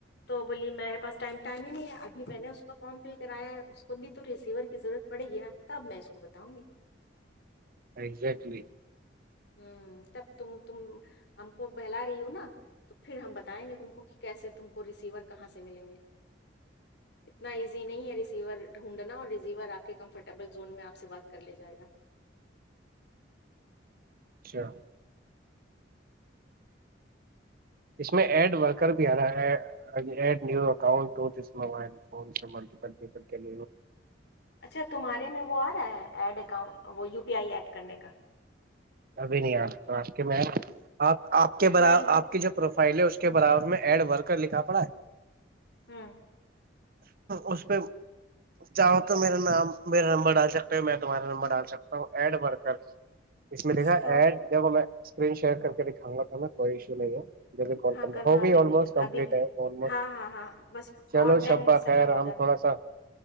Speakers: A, on the left; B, on the right.
A: تو بولیے میرے پاس ٹائم ٹائم ہی نہیں ہے ابھی میں نے اس کا فارم فل کرایا ہے اس کو بھی ریسییور کیضرورت پڑے گ نا تب میں اس کو بتاؤں گی
B: اگزیکٹلی
A: ہ تب تم تم ہم کو بہلا رہی ہو نا تو پھر ہم بتائیں گے تم کو کہ کیسے تم کو ریسیور کہاں سے ملیں گے اتنا ایزی نہیں ہے ریسیور ڈھونڈنا اور ریسیور آپ کے کمفرٹیبل زون میں آپ سے بات کر لے جائے گا
B: اچھا اس میں ایڈ ورکر بھی آ رہا ہے ایڈ نی اکاؤنٹ موبائل فون سے ملٹیل پیل
A: اچھا تمہارے میں وہ آ رہا ہے ایڈ اکاؤنٹ وہ یو پیا ایڈ کرنے کا
B: ابھی نہیں آ تو آپ کے میں آپ آپ کے بر
A: نہیں
B: آپ کی جو پہلے اس کے برابر میں ایڈ بھر کر لکھا پڑا ہے
A: ہاں
B: اس پہ چاہو تو میرا نام میرا نمبر ڈال سکتے ہو میں تمہارا نمبر ڈال سکتا ہوں ایڈ بھر کر اس میں دکھا
A: سے کیا
B: ایڈ
A: ہوگا
B: دیکھو میں اسکرین شیٹ کر کے دکھاؤ گا پا کوئی ایشو نہیں ہے ال
A: ہاں کرنا
B: بھی
A: ابھی
B: آوسٹ
A: نہیں
B: کمپٹ
A: ابھی
B: ہےو
A: ہاں ہاں ہاں بس
B: چلو
A: اور ٹین
B: شب ب
A: سیکنڈ
B: خیر
A: ہو
B: ہم
A: جانا
B: تھوڑا سا